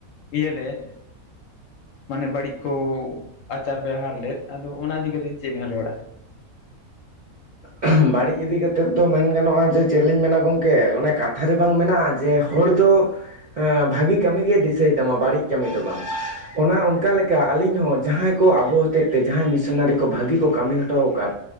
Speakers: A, on the left; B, on the right.
A: ᱤᱭᱟᱹ ᱞᱮᱫᱼᱼ ᱢᱟᱱᱮ ᱵᱟᱹᱲᱤᱡ ᱠᱚ ᱟᱪᱟᱨ ᱵᱮᱣᱦᱟᱨ ᱞᱮᱫ ᱟᱫᱚ ᱚᱱᱟ ᱤᱫᱤ ᱠᱟᱛᱮᱜ ᱪᱮᱫ ᱵᱮᱱ ᱨᱚᱲᱟ?
B: ᱟᱜ ᱚᱦᱩᱸ᱾ <inaudible> ᱵᱟᱲᱤᱡ ᱤᱫᱤ ᱠᱟᱛᱮᱫ ᱫᱚ ᱢᱮᱱ ᱜᱟᱱᱚᱜ-ᱟ ᱡᱮ ᱪᱮᱜ ᱞᱤᱧ ᱢᱮᱱᱟ ᱜᱚᱝᱠᱮ ᱚᱱᱮ ᱠᱟᱛᱷᱟ ᱨᱮ ᱵᱟᱝ ᱢᱮᱱᱟᱜ-ᱟ ᱡᱮ ᱦᱚᱲ ᱫᱚᱼᱼ ᱦᱮᱸ ᱵᱷᱟᱜᱤ ᱠᱟᱢᱤ ᱜᱮ ᱫᱤᱥᱟᱹᱭ ᱛᱟᱢᱟ ᱵᱟᱲᱤᱡ ᱠᱟᱢᱤ ᱫᱚ ᱵᱟᱝ᱾ ᱚᱱᱟ ᱚᱱᱠᱟ ᱞᱮᱠᱟ ᱟᱞᱤᱧ ᱦᱚᱸ ᱡᱟᱦᱟᱸᱭ ᱠᱚ ᱟᱵᱚ ᱦᱚᱛᱮᱡ ᱛᱮ ᱡᱟᱦᱟᱸᱭ ᱢᱤᱥᱚᱱᱟᱨᱤ ᱠᱚ ᱵᱷᱟᱜᱤ ᱠᱚ ᱠᱟᱢᱤ ᱦᱚᱴᱚᱣ ᱠᱟᱫᱼᱼ